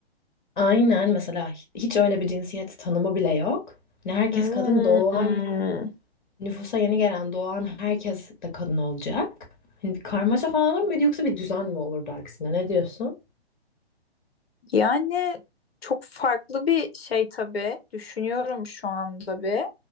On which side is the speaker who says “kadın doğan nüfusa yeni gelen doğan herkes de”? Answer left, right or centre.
Left